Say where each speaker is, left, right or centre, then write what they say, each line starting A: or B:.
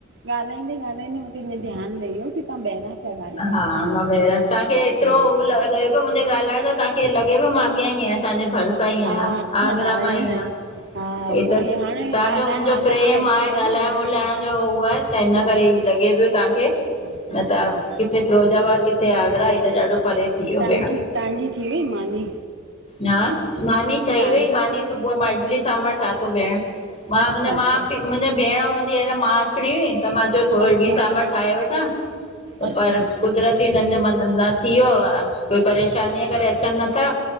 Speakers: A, on the right (about 60°); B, on the left (about 30°).
A: ॻाल्हाईंदे- ॻ्हाईंदे, मूंखे ईअं ध्यानु लही वियो की तव्हां ॿाहिरां पिया ॻाल्हायो
B: हा मां भे तव्हांखे
A: हा
B: एतिरो
A: हा
B: लॻे पियो मुंहिंजे ॻाल्हाइण सां तव्हांखे लॻे पियो मां अॻियां ई आहियां। तांहिंजे भरसा
A: हा
B: ई आहियां, आगरा
A: हा ईअं
B: मां ई आहियां।
A: न, हा उहो
B: अ त
A: ई हाणे
B: तव्हांजो
A: ॻाल्हाइण
B: मुंहिंजो
A: आदत
B: प्रेम
A: पइजी
B: आहे।
A: वई
B: ॻाल्हाइण
A: न हा हा
B: ॿोलाइण जो हू आहे। त हिन
A: हा
B: करे ई लॻे पियो तव्हांखे।
A: हा
B: न
A: <unintelligible>
B: त किथे फिरोजाबाद, किथे आगरा ई त ॾाढो परे थी वियो
A: तव्हांजी
B: भेण।
A: तव्हांजी थी वई मानी
B: हां, मानी ठही
A: तव्हां
B: वई, मानी सुबुह जो मां इडली सांभर ठातो भेण। मां,
A: अच्छा
B: मुंहिंजा
A: अच्छा
B: माउ- पीउ मुंहिंजी भेण, मुंहिंजी आहे न मा अचणी हुई, त मां चयो थोरो
A: अच्छा
B: इडली- सांभर ठाहे वठां। पर
A: अच्छा हा
B: कुदरती हिननि जो मन न थी वियो। ऐं कोई परेशानीअ करे अचनि नथा।